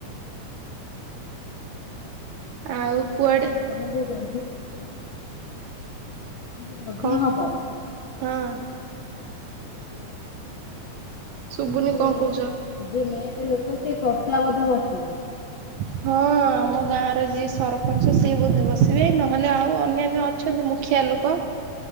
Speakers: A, on the right (about 70°); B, on the left (about 75°).
A: ଆଉ କୁଆଡେ
B: ତମର ଯୋଉ ଯଜ୍ଞ ହବ ଯୋଉ ଯଜ୍ଞ
A: କଣ
B: ହବ।
A: ହଁ।
B: <inaudible>
A: ଶୁବୁନି
B: ସେ
A: କଣ କହୁଚ?
B: ଯିଏ ମେନ୍ ଲୋକ ସିଏ କର୍ତ୍ତା ବୋଧେ ବସିବେ?
A: ହଁ। ଆମ ଗାଁର ଯିଏ ସରପଞ୍ଚ ସିଏ ବୋଧେ ବସିବେ। ନହେଲେ ଆଉ ଅନ୍ୟାନ୍ୟ ଅ ଅଛନ୍ତି ମୁଖିଆ ଲୋକ,